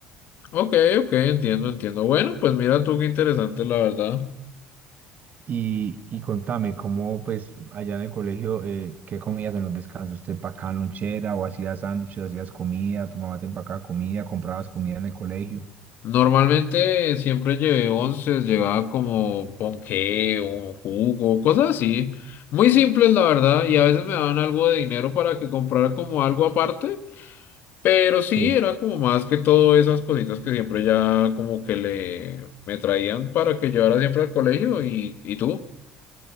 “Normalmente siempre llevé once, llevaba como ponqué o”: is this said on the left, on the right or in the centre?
Left